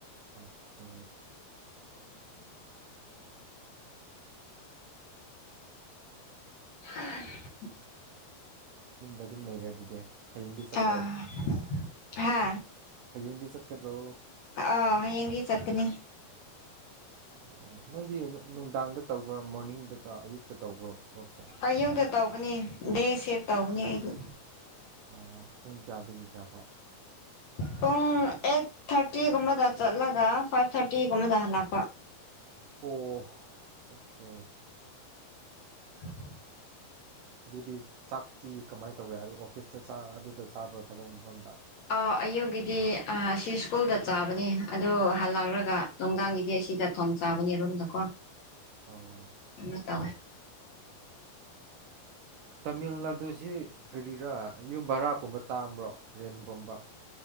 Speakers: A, on the right; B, on the left.
A: ꯑꯣꯈꯦ
B: <unintelligible>
A: ꯌꯨꯝꯗ ꯑꯗꯨꯝ ꯂꯩꯔꯦ ꯑꯗꯨ ꯗ‌ꯦ ꯍꯌꯦꯡꯗꯤ ꯆꯠꯀ꯭ꯔꯣ
B: ꯑꯥ ꯍꯥ
A: ꯍꯌꯦꯡꯗꯤ ꯆꯠꯀꯗ꯭ꯔꯣ
B: ꯑ ꯍꯌꯦꯡꯗꯤ ꯆꯠꯀꯅꯤ
A: ꯑꯣ ꯃꯣꯏꯒꯤ ꯅꯨꯡ ꯅꯨꯡꯗꯥꯡꯗ ꯇꯧꯕ꯭ꯔ‌ꯥ ꯃꯣꯔꯅꯤꯡꯗ ꯇ ꯑꯌꯨꯛꯇ ꯇꯧꯕ꯭ꯔꯣ ꯊꯕꯛꯁꯦ
B: ꯑꯌꯨꯛꯗ ꯇꯧꯕꯅꯤ ꯗꯦ ꯁꯦꯞ ꯇꯧꯕꯅꯤ ꯑꯩꯗꯤ
A: ꯑꯣ ꯄꯨꯡ ꯀꯌꯥꯗꯒꯤ ꯀꯌꯥ ꯐꯥꯎ
B: ꯄꯨꯡ ꯑꯦꯠ ꯊꯥꯔꯇꯤꯒꯨꯝꯕꯗ ꯆꯠꯂꯒ ꯐꯥꯏꯚ ꯊꯥꯔꯇꯤꯒꯨꯝꯕꯗ ꯍꯜꯂꯛꯄ
A: ꯑꯣ ꯑꯣꯈꯦ
B: <inaudible>
A: ꯑꯗꯨꯗꯤ ꯆꯥꯛꯇꯤ ꯀꯃꯥꯏꯟ ꯇꯧꯕ꯭ꯔꯥ ꯑꯗꯨ ꯑꯣꯐꯤꯁꯇ ꯆꯥ ꯑꯗꯨꯗ ꯆꯥꯕ꯭ꯔꯣ ꯊꯕꯛ ꯃꯐꯝꯗ
B: ꯑꯥꯎ ꯑꯌꯨꯛꯀꯤꯗꯤ ꯑꯥ ꯁꯤ ꯁ꯭ꯀꯨꯜꯗ ꯆꯥꯕꯅꯦ ꯑꯗꯣ ꯍꯟꯂꯛꯔꯒ ꯅꯨꯡꯗꯥꯡꯒꯤ
A: ꯎꯝ
B: ꯒꯤ ꯑꯁꯤꯗ ꯊꯣꯡ ꯆꯥꯕꯅꯦ ꯔꯨꯝꯗꯀꯣ
A: ꯑꯣ
B: ꯑꯗꯨꯃꯥꯏ ꯇꯧꯌ‌ꯦ
A: ꯇꯥꯃꯤꯜ ꯅꯥꯗꯨꯖꯤ ꯀꯔꯤꯔꯥ ꯌꯨꯝ ꯕꯔꯥ ꯄꯨꯝꯕ ꯇꯥꯡꯕ꯭ꯔꯣ ꯔꯦꯟ ꯒꯨꯝꯕ